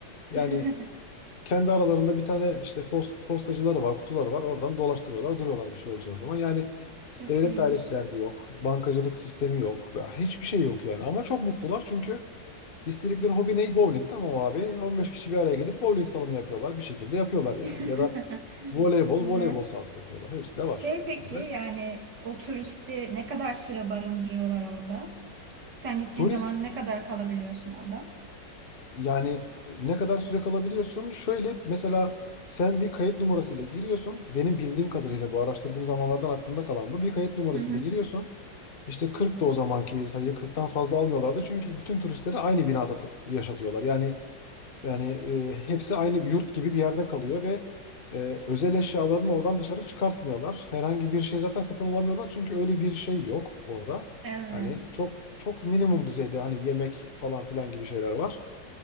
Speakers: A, on the left; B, on the right.
A: Yani
B: <laughs>
A: kendi aralarında bir tane işte post, postacıları var, kutuları var. Oradan dolaştırıyorlar, duruyorlar bir şey olacağı zaman. Yani
B: Çok
A: devlet
B: iyiymiş.
A: dairesi derdi yok, bankacılık sistemi yok veya hiçbir şey yok yani. Ama çok mutlular çünkü İstedikleri hobi ne? Bowling. Tamam abi. 15 kişi bir araya gelip bowling salonu yapıyorlar. Bir şekilde yapıyorlar yani.
B: <laughs>
A: Ya da voleybol,
B: Güzel.
A: voleybol sahası yapıyorlar. Hepsi de
B: Şey
A: var.
B: peki
A: Hani ben
B: yani o turisti ne kadar süre barındırıyorlar orada? Sen gittiğin
A: turist
B: zaman ne kadar kalabiliyorsun orada?
A: yani ne kadar süre kalabiliyorsun? Şöyle mesela sen bir kayıt numarasıyla giriyorsun. Benim bildiğim kadarıyla bu araştırdığım zamanlardan aklımda kalan bu. Bir kayıt numarasıyla
B: Hı hı.
A: giriyorsun. İşte 40 da o zamanki sayı 40'tan fazla almıyorlardı. Çünkü bütün turistleri aynı binada t- yaşatıyorlar. Yani Yani e, hepsi aynı bir yurt gibi bir yerde kalıyor ve e, özel eşyalarını oradan dışarı çıkartmıyorlar. Herhangi bir şey zaten satın alamıyorlar çünkü öyle bir şey yok orada.
B: Evet.
A: Hani çok çok minimum düzeyde hani yemek falan filan gibi şeyler var.